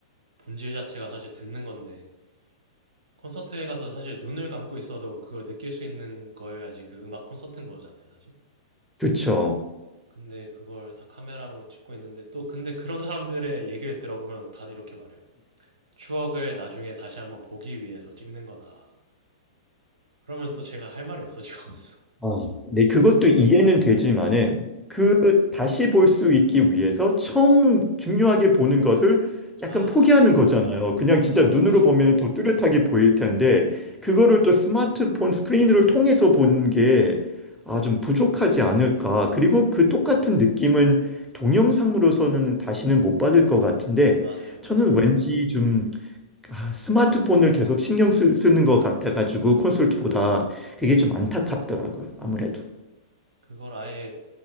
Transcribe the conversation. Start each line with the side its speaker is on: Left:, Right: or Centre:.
Right: 본질 자체가 사실 듣는 건데 콘서트에 가서 사실 눈을 감고 있어도 그걸 느낄 수 있는 거여야지 그 음악 콘서트인 거잖아요, 사실.
Centre: 그쵸.
Right: 근데 그걸 다 카메라로 찍고 있는데 또 근데 그런 <laughs> 사람들의 얘기를 들어보면 다 이렇게 말해요. 추억을 나중에 다시 한번 보기 위해서 찍는 거다. 그러면 또 제가 할 말이 없어지거든요.
Centre: 아, 네, 그것도 이해는 되지만은
Right: <laughs> 네.
Centre: 그 다시 볼 수 있기 위해서 처음 중요하게 보는 것을 약간
Right: 아, 아,
Centre: 포기하는 거잖아요. 그냥 진짜
Right: 아,
Centre: 눈으로
Right: 아, 그쵸.
Centre: 보면 더 뚜렷하게 보일 텐데
Right: 맞아요.
Centre: 그거를 또 스마트폰 스크린을 통해서 보는 게 아, 좀 부족하지 않을까. 그리고 그 똑같은 느낌은 동영상으로서는 다시는 못 받을 것 같은데
Right: 맞아요, 맞아요,
Centre: 저는 왠지 좀 아, 스마트폰을 계속 신경 쓰, 는것 같아가지고 콘솔트보다 그게 좀 안타깝더라고요. 아무래도.
Right: 맞아요. 그걸 아예